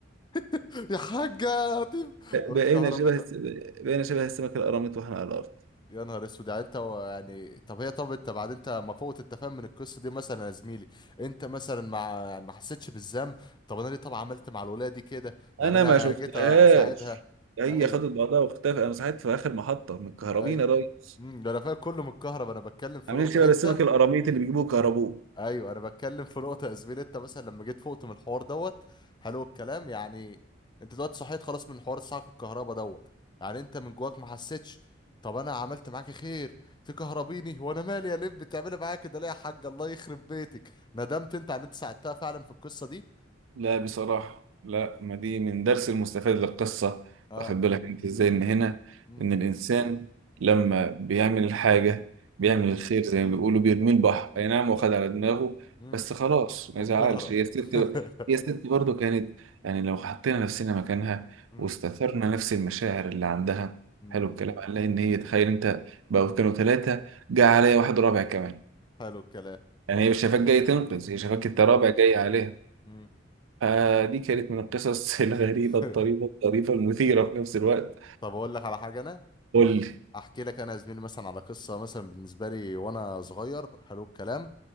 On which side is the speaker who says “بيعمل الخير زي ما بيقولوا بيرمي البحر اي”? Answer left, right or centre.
Right